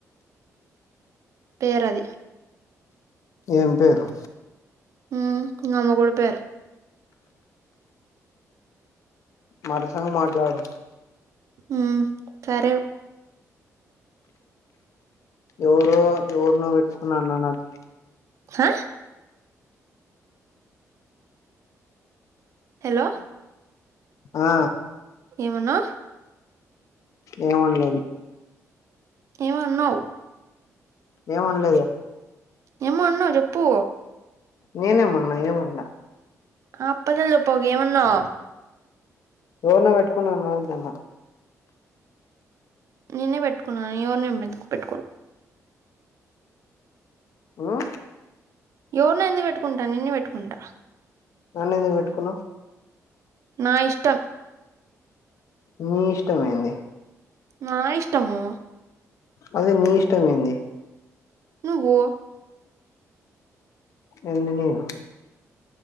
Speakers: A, on the right; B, on the left.
A: పేరది
B: ఏం పేరు
A: ఉ నా మొగుడు పేరు
B: మరసంగ్ మాట్లాడు
A: ఉమ్ సరే
B: ఎవరో ఎవర్నో పెట్టుకొని నన్న నొద్దు
A: హా హెలో
B: ఆ
A: ఏమన్నావ్
B: ఏమన్లేద్
A: ఎమో అన్నావ్
B: ఏం అన్లేదుగా
A: ఏమో అన్నవ్ చెప్పు
B: నేనే మన్నా ఏమన్లా
A: ఆప్పదల్ చెప్పుకు ఏమన్నావ్
B: ఎవర్న పెట్టుకున్నాను మాద్దన్న
A: నీనే పెట్టుకున్నాను ఎవర్ని ఏం పెట్టుకో
B: హా
A: ఎవర్నో ఎందుకు పెట్టుకుంటా నిన్నే పెట్టుకుంట
B: నన్నె ఎందుకు పెట్టుకున్నావు
A: నా ఇష్టం
B: నీ ఇష్టమేంది
A: నా ఇష్టము
B: అదే నీ నీ ఇష్టమేంది
A: నువ్వు
B: ఏంది నేను